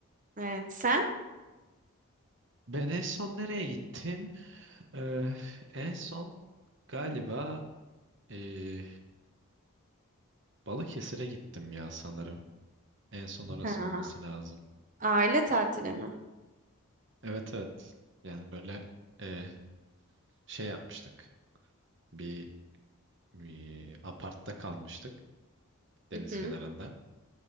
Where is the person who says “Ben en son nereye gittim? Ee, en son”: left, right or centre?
Right